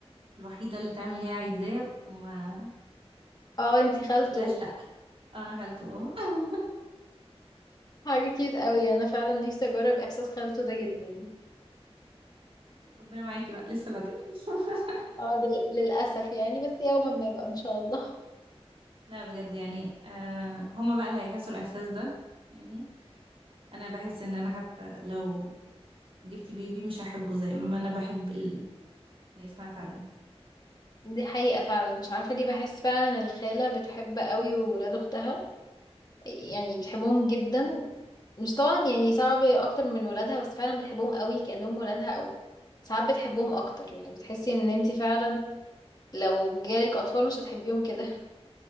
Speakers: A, on the right; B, on the left.
A: الوحيدة اللي تعمل اللي هي عايزاه وما
B: <laughs> اه انتي خالته
A: بقولهاش لا آه، انا خالته اه <laughs>
B: حاجه كيوت قوي انا فعلا نفسي اجرب احساس خالته ده جدا
A: ربنا معاكي بقى لسه بدري <laughs>
B: اه لل- للأسف يعني بس يوما ما بقى إن شاء الله
A: لا بجد يعني آه هما بقى اللي هيحسوا الاحساس ده يعني انا بحس ان انا حتى لو جبت بيبي مش هحبه زي ما انا بحب ال... هي اسمها تعليم
B: دي حقيقة فعلا مش عارفة ليه بحس فعلا الخالة بتحب قوي ولاد أختها يعني بتحبهم جدا مش طبعا يعني صعب أكتر من ولادها بس فعلا بتحبهم قوي كأنهم ولادها أو ساعات بتحبهم أكتر يعني بتحسي إن انتي فعلا لو جالك أطفال مش هتحبيهم كده